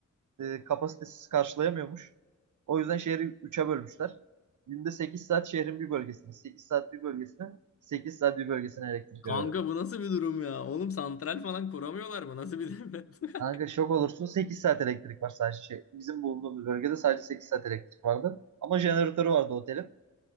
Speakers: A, on the right (about 70°); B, on the left (about 50°).
A: e, kapasitesiz karşılayamıyormuş. O yüzden şehri üçe bölmüşler. Günde 8 saat şehrin bir bölgesine, 8 saat bir bölgesine, 8 saat bir bölgesine
B: <laughs>
A: elektrik
B: Kanka
A: veriyorlar.
B: bu nasıl bir durum ya? Oğlum santral falan kuramıyorlar mı? Nasıl bir devlet?
A: Kanka
B: <laughs>
A: şok olursun 8 saat elektrik var sadece şey. Bizim bulunduğumuz bölgede sadece 8 saat elektrik vardı. Ama jeneratörü vardı otelin.